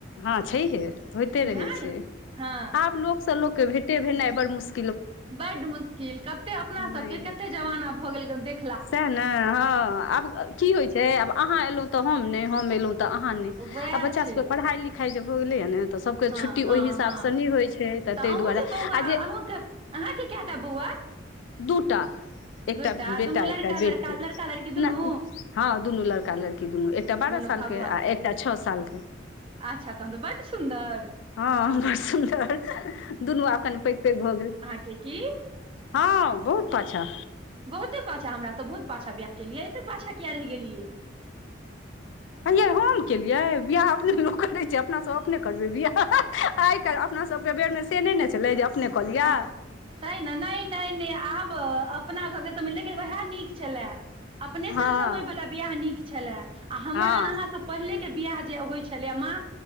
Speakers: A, on the left; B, on the right.
A: हँ छैहे होइते रहै
B: नहि
A: छै
B: हँ
A: आब लोकसँ लोकके भेटे भेनाई बड़ मुशकिल
B: बड मुश्किल कते अपना सबके
A: नहि
B: कते जमाना भऽ गेल देख
A: सएह ने हँ आब की होइत छै आब अहाँ एलहुँ तऽ हम नहि हम एलहुँ
B: उएह
A: बच्चा
B: छै
A: सब पढ़ाइ लिखाइ भ गेल के
B: हँ
A: छुट्टी
B: हँ
A: ओहि हिसाबसँ
B: हँ
A: नहि होइत छै तऽ ताहि
B: अहूँके
A: दुआरे
B: बौआ
A: आ जे
B: अहूँके अहाँके क टा बौआ
A: दूटा एकटा
B: दूटा
A: बेटा
B: दुनू लड़का
A: एकटा
B: लड़का
A: बेटी
B: लड़का लड़की दुनू
A: ने हँ दुनू लड़का लड़की दुनू एकटा बारह
B: दुनू
A: साल
B: भगवान
A: के आ एकटा छओ साल के
B: अच्छा तहन तऽ बड सुन्दर
A: हँ बड़ सुन्दर दुनू अखन पैघ पैघ भऽ गेल
B: क की
A: हँ बहुत पाछा
B: बहुते पाछा हमरास बहुत पाछा बियाह केलियै एते पाछा किया रहि गेलियै
A: अये हम केलियै बियाह करै अपना सब अपने करबै बियाह आइ काल्हि अपना सबके बेरमें से नहि ने छलै अपने कऽ लिअ
B: हँ सह न नहि नहि नहि आब अपना सबके सम लेकिन उएह नीक छलए अपने सब
A: हँ
B: समय बला बियाह नीक छले आ हमरा
A: हँ
B: अहाँके पहिले के बियाह जे होइ छले माँ